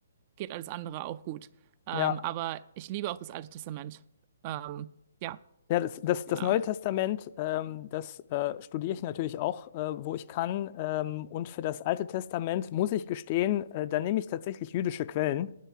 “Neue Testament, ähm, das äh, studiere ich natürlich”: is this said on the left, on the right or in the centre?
Left